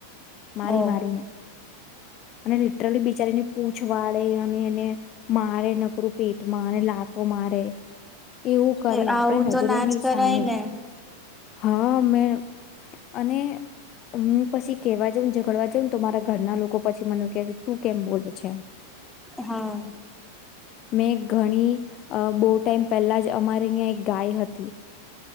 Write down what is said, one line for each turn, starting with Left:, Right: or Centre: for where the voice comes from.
Left: મારી
Centre: ઓ.
Left: મારીને. અને લિટરલી બીજ બચારની પૂંછ વાળે અને એને મારે નકરું પેટમાં અને લાતો મારે એવું કરે
Centre: એ આવું
Left: આપણે
Centre: તો
Left: નજરોની
Centre: ના જ કરાય
Left: સામે
Centre: ને
Left: હા મે અને હું પછી કેવા જાઉં ઝઘડવા જાઉં તો મારા ઘરના લોકો પછી મને કે તું કેમ બોલે છે
Centre: હા.
Left: મેં ઘણી બહુ ટાઈમ પહેલા જ અમારે અં એક ગાય હતી.